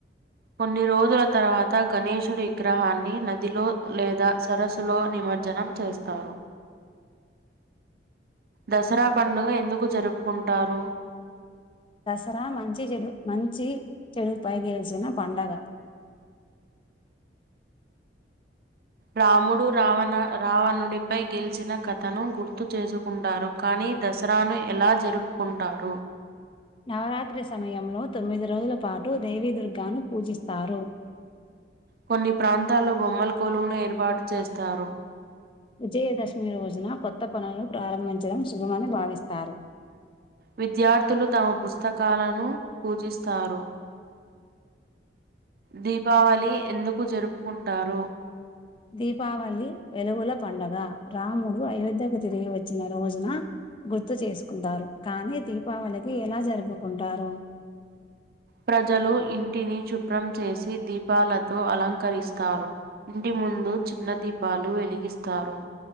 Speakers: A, on the right (about 55°); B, on the left (about 30°).
A: కొన్ని రోజుల తర్వాత గణేషుడి విగ్రహాన్ని నదిలో లేదా సరస్సులో నిమజ్జనం చేస్తారు దసరా పండుగ ఎందుకు జరుపుకుంటారు
B: దసరా మంచి చెడు మంచి చెడుపై గెలిచిన పండగ
A: రాముడు రావణ రావణుడిపై గెలిచిన కథను గుర్తు చేసుకుంటారు కానీ దసరాను ఎలా జరుపుకుంటారు
B: నవరాత్రి సమయంలో తొమ్మిది రోజుల పాటు దేవీదుర్గాను పూజిస్తారు
A: కొన్ని ప్రాంతాల్లో బొమ్మల కొలువును ఏర్పాటు చేస్తారు
B: విజయదశమి రోజున కొత్త పనులు ప్రారంభించడం శుభమని భావిస్తారు
A: విద్యార్థులు తమ పుస్తకాలను పూజిస్తారు దీపావళి ఎందుకు జరుపుకుంటారు
B: దీపావళి వెలుగుల పండగ రాముడు అయోధ్యకు తిరిగి వచ్చిన రోజున గుర్తు చేసుకుంటారు కానీ దీపావళికి ఎలా జరుపుకుంటారు
A: ప్రజలు ఇంటిని శుభ్రం చేసి దీపాలతో అలంకరిస్తారు ఇంటి ముందు చిన్న దీప్ పాలు వెలిగిస్తారు